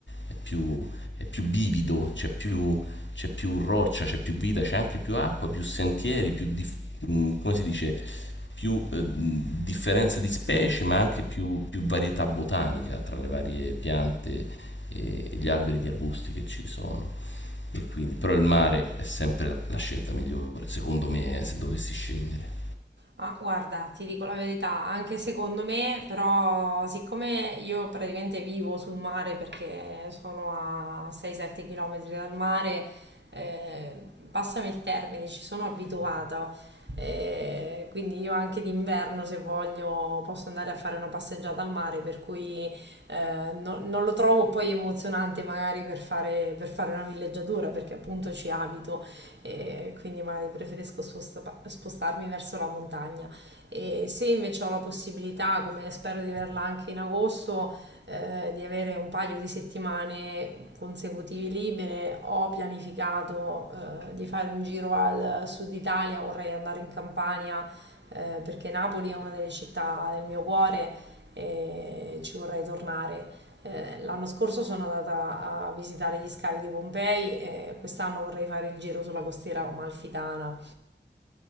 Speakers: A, on the left; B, on the right.
A: è più, è più bivido, c'è più, c'è più roccia, c'è più vita, c'è anche più acqua, più sentieri, più, dif- mh, come si dice, più eh, mh, differenza di specie ma anche più, più varietà botanica tra le varie piante e, e gli alberi e gli arbusti che ci sono. E quindi, però il mare è sempre la scelta migliore, secondo me, eh, se dovessi scegliere.
B: Ah, guarda, ti dico la verità, anche secondo me, però siccome io praticamente vivo sul mare perché sono a 6-7 km dal mare, eh, passami il termine, ci sono abituata. Eh, quindi io anche d'inverno, se voglio, posso andare a fare una passeggiata al mare, per cui eh, no- non lo trovo poi emozionante magari per fare, per fare una villeggiatura, perché appunto ci abito e quindi magari preferisco sposta- spostarmi verso la montagna. E se invece ho la possibilità, come spero di averla anche in agosto, eh, di avere un paio di settimane consecutive libere, ho pianificato eh, di fare un giro al sud Italia, vorrei andare in Campania eh, perché Napoli è una delle città del mio cuore e ci vorrei tornare. Eh, l'anno scorso sono andata a visitare gli scavi di Pompei e quest'anno vorrei fare il giro sulla costiera amalfitana.